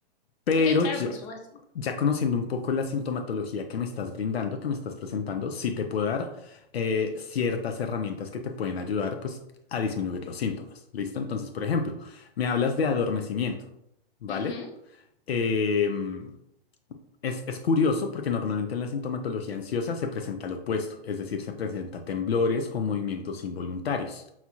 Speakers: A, on the left (about 80°); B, on the left (about 35°).
A: Pero
B: Ok, claro,
A: ya-
B: por supuesto.
A: Ya conociendo un poco la sintomatología que me estás brindando, que me estás presentando, sí te puedo dar eh, ciertas herramientas que te pueden ayudar pues a disminuir los síntomas. ¿Listo? Entonces, por ejemplo, me hablas de adormecimiento, ¿vale?
B: Ujú.
A: Em, es, es curioso porque normalmente en la sintomatología ansiosa se presenta lo opuesto, es decir, se presenta temblores o movimientos involuntarios.